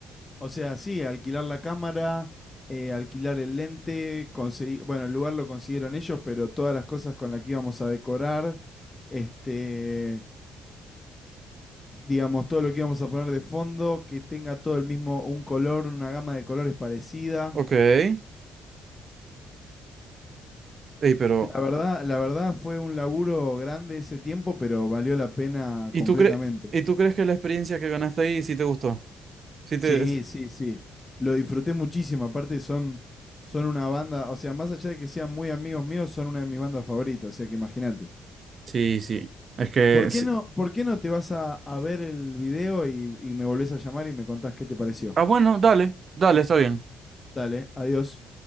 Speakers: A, on the left; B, on the right.
A: O sea, sí, alquilar la cámara, eh, alquilar el lente, conseguir, bueno, el lugar lo consiguieron ellos, pero todas las cosas con las que íbamos a decorar, este, digamos, todo lo que íbamos a poner de fondo, que tenga todo el mismo, un color, una gama de colores parecida.
B: Ok. Ey, pero,
A: La verdad, la verdad fue un laburo grande ese tiempo, pero valió la pena
B: ¿y
A: completamente.
B: tú crees, y tú crees que la experiencia que ganaste ahí sí te gustó? Sí te...
A: Sí,
B: es-
A: sí, sí. Lo disfruté muchísimo. Aparte son, son una banda, o sea, más allá de que sean muy amigos míos, son una de mis bandas favoritas, o sea que imagínate.
B: Sí, sí. Es que...
A: ¿Por
B: sí.
A: qué no, por qué no te vas a, a ver el video y, y me volvés a llamar y me contás qué te pareció?
B: Ah, bueno, dale, dale, está bien.
A: Dale, adiós.